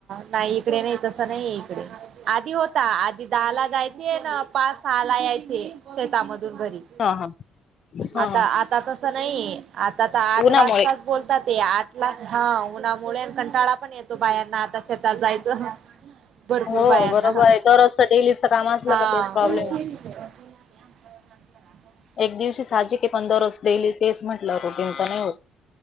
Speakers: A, on the right; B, on the left.
A: नाही इकडे नाही तर. नाही इकडे आधी होता आधी दहाला जायचे आहे ना. पाच सहाला यायचे शेतामधून घरी
B: हा हा हा
A: आता
B: हा
A: आता त. नाही आता आठ
B: उन्हामुळे
A: वाजताच बोलतात ते आठ ला ह उन्हामुळे कंटाळा. पण येतो बायाना तश जायचं. भरपूर
B: हो
A: बायांना
B: बरोबर
A: हा
B: आहे दररोजच डेलीच काम असलं
A: हा.
B: का तेच
A: <unintelligible>
B: प्रॉब्लेम आहे एक दिवशी साजे क पंन दररोज डेली तेच म्हंटलं रुटीन तर नाही होत.